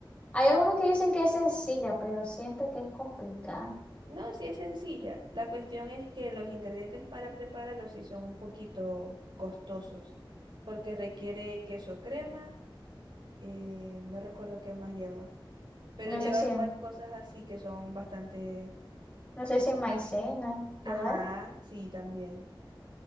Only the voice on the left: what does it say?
Hay algunos que dicen que es sencilla, pero siento que es complicada.
No
sé si...
No sé
si maicena. ¿Llevará?